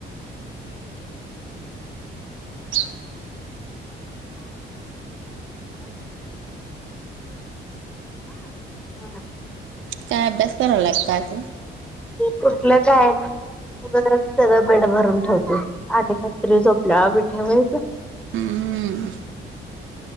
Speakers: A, on the right (about 75°); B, in the centre.
A: <inaudible>
B: हम.
A: काय अभ्यास कराव लाग का असं
B: कुठलं काय सगळं बेड भरून ठेवते आणि नंतरी झोपल्याला बी ठेवायच
A: हम्म